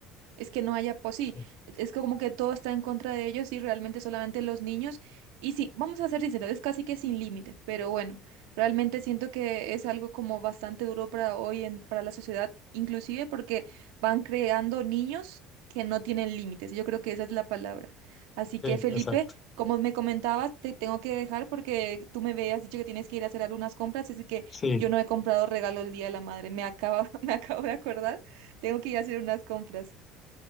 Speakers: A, on the right; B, on the left.
A: Es que no haya, pues sí,
B: Sí,
A: e-, es como que todo está en contra de ellos y realmente solamente los niños. Y sí, vamos a ser sinceros, es casi que sin límite, pero bueno, realmente siento que es algo como bastante duro para hoy, en, para la sociedad, inclusive porque van creando niños que no tienen límites. Yo creo que esa es la palabra. Así
B: sí,
A: que Felipe,
B: exacto.
A: como me comentabas, te tengo que dejar porque tú me habías dicho que tienes que ir a hacer algunas compras, así que
B: Sí.
A: yo no he comprado regalo el Día de la Madre. Me acaba, <laughs> me acabo de acordar, tengo que ir a hacer unas compras.